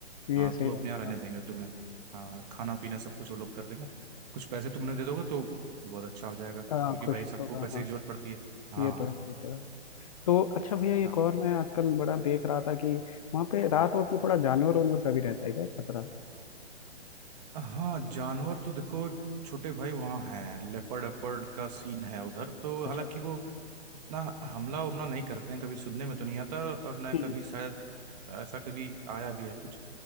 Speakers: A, on the right (about 35°); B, on the left (about 30°).
A: हाँ
B: ये सही
A: तो वो
B: बात
A: अपने यहाँ
B: है
A: रहने
B: आप
A: देंगे तुम्हें हाँ खाना पीना सब कुछ वो लोग कर लेंगे कुछ पैसे तुमने दे दोगे तो बहुत अच्छा हो जाएगा
B: अ,
A: क्योंकि
B: खुश
A: भाई सबको
B: थोड़ा
A: पैसे
B: हाँ
A: की जरूरत पड़ती है हाँ
B: ये तो है ये तो है तो अच्छा भैया एक
A: हाँ
B: और मैं आजकल बड़ा देख रहा था कि वहाँ पे रात वक्त में थोड़ा जानवर वानवर का भी रहता है क्या खतरा
A: हाँ जानवर तो देखो छोटे भाई वहाँ हैं लेपर्ड वेपर्ड का सीन है उधर तो
B: अच्छा
A: हालांकि
B: अच्छा
A: वो उतना हमला उमला नहीं करते हैं कभी सुनने में तो नहीं आता और न
B: हम्म
A: कभी शायद ऐसा कभी आया भी है कुछ